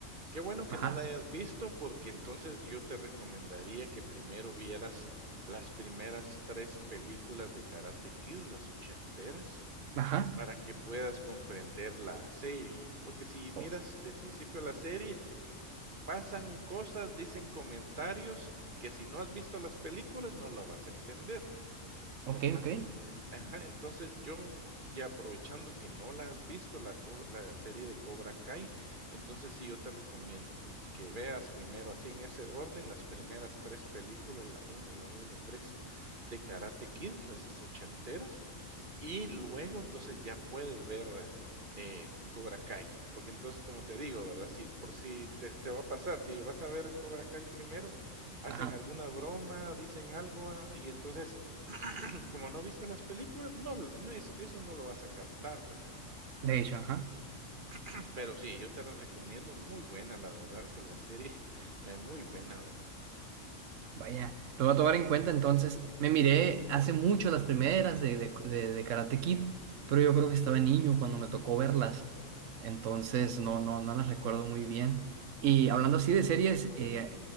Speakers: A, on the right; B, on the right.
A: qué bueno que
B: Ajá,
A: no la hayas visto, porque entonces yo te recomendaría que primero vieras las primeras 3 películas de Karate Kid, las ochenteras,
B: ajá.
A: para que puedas comprender la serie. Porque si miras
B: O-
A: de principio la serie, pasan cosas, dicen comentarios que si no has visto las películas no lo vas a entender, ¿verdad?
B: ok, ok.
A: Ajá, entonces yo ya aprovechando que no la has visto, la co la serie de Cobra Kai, entonces sí, yo te recomiendo que veas primero, así en ese orden, las primeras 3 películas, la uno la 2 la 3 de Karate Kid, esas ochenteras, y luego entonces ya puedes ver eh, Cobra Kai, porque entonces como te digo, ¿verdad? Si por si te, te va a pasar, si vas a ver Cobra Kai primero, hacen
B: Ajá.
A: alguna broma, dicen algo ah, y entonces <clears throat> como no viste las películas, no, no es, eso no lo vas a captar, ¿verdad?
B: De hecho, ajá.
A: <clears throat> Pero sí, yo te las recomiendo, muy buena, la verdad que la serie, <laughs> eh, muy buena, ¿verdad?
B: Vaya, lo voy a tomar en cuenta entonces. Me miré hace mucho las primeras de, de, de- de Karate Kid, pero yo creo que estaba niño cuando me tocó verlas. Entonces no, no, no las recuerdo muy bien. Y hablando así de series eh,